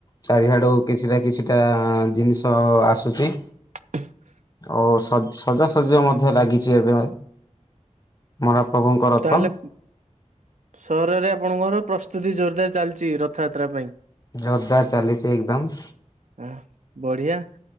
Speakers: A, on the left; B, on the right.
A: ଚାରିହାଡୁ କିଛି ନା କିଛିଟା ଜିନିଷ ଆସୁଛି।
B: <inaudible>
A: ଓ ସଜ ସଜାସଜି ମଧ୍ୟ ଲାଗିଛି ଏବେ ମହାପ୍ରଭୁଙ୍କ
B: ତାହେଲେ
A: ଥର।
B: ସହରରେ ଆପଣଙ୍କର ପ୍ରସ୍ତୁତି ଜୋରଦାର୍ ଚାଲିଛି ରଥଯାତ୍ରା ପାଇଁ।
A: ଜୋରଦାର ଚାଲିଛି ଏକଦମ୍।
B: ଆ ବଢିଆ।